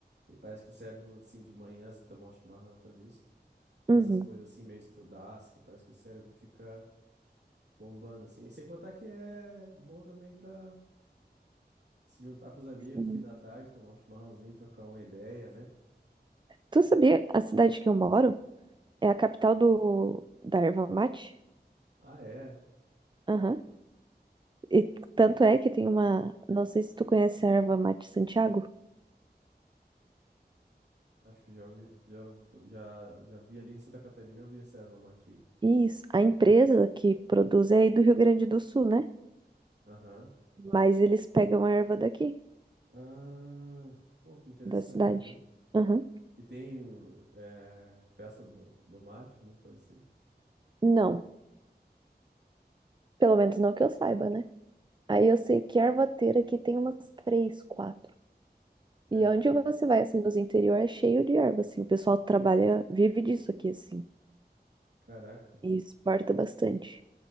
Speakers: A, on the right; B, on the right.
A: E parece que o cérebro, assim, de manhã, se tomar um chimarrão, fazer isso, pra
B: Uhum.
A: essas coisas assim, meio estudar, assim, parece que o cérebro fica bombando, assim. E sem contar que é bom também pra se juntar com os amigos
B: Sim.
A: no fim da tarde, tomar um chimarrãozinho, trocar uma ideia, né?
B: Tu sabia, a cidade que eu moro é a capital do, da erva mate?
A: Ah, é.
B: Aham. E tanto é que tem uma. Não sei se tu conhece a erva mate Santiago.
A: Acho que já ouvi, já, já, já vi ali em Santa Catarina, eu vi essa erva mate aí.
B: Isso. A empresa que produz é aí do Rio Grande do Sul, né?
A: Aham.
B: Mas eles pegam a erva daqui,
A: Ah, pô, que interessante,
B: da cidade.
A: viu?
B: Aham.
A: E tem eh, festa do, do mate, alguma coisa assim.
B: Não. Pelo menos não que eu saiba, né? Aí eu sei que ervateira aqui tem umas três, quatro.
A: É,
B: E onde você vai, assim, nos interior é cheio de erva, assim. O pessoal trabalha, vive disso aqui, assim.
A: caraca.
B: E exporta bastante.